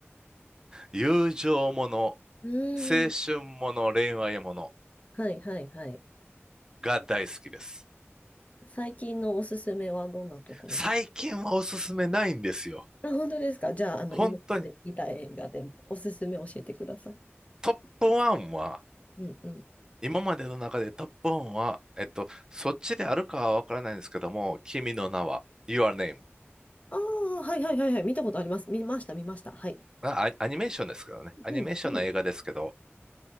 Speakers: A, on the right; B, on the left.
A: 友情もの、青
B: ーん。
A: 春もの、恋愛もの
B: はいはいはい。
A: が大好きです。
B: 最近のおすすめはどんなところです
A: 最近はおすすめないんですよ。
B: あ、本当ですかじゃあ、あの、
A: 本当に。
B: 今まで見た映画でもおすすめ教えてください。
A: トップ1は
B: うんうん。
A: 今までの中でトップワンは、えっと、そっちであるかはわからないんですけども、君の名は、Your Name。
B: ああ、はいはいはいはい。見たことあります。見ました、見ました。はい。
A: あア、アニメーションですけどね。アニメーションの映画ですけど、
B: うん。うん